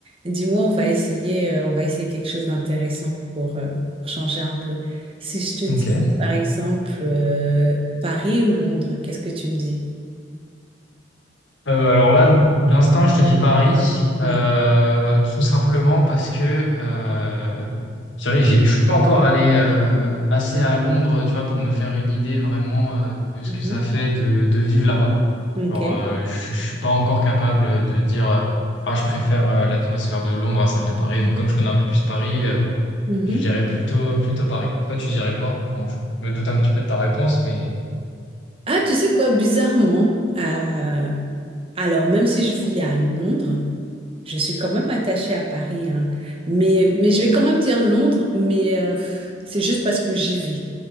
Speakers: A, on the right (about 30°); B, on the left (about 70°).
A: Dis-moi, on va essayer, euh, on va essayer quelque chose d'intéressant pour, euh, pour changer un peu. Si je te dis,
B: Ok.
A: par exemple, euh, Paris ou Londres, qu'est-ce que tu me dis?
B: Euh, alors là, d'instinct, je te dis Paris, euh,
A: Ouais.
B: tout simplement parce que euh, c'est vrai que j'ai- je suis pas encore allé euh, assez à Londres, tu vois, pour me faire une idée vraiment euh, de ce
A: Mhm.
B: que ça fait de, de vivre là-bas.
A: Ok.
B: Genre, euh, je, je suis pas encore capable de dire, euh, ah, je préfère euh, l'atmosphère de Londres à celle de Paris. Donc, comme je connais un peu plus Paris, euh,
A: Mhm.
B: je dirais plutôt plutôt Paris. Toi, tu dirais quoi? Bon, je me doute un petit peu de ta réponse, mais
A: Ah, tu sais quoi, bizarrement, euh, alors même si je vis à Londres, je suis quand même attachée à Paris, hein. Mais, mais je vais quand même dire Londres, mais euh, pff, c'est juste parce que j'y vis.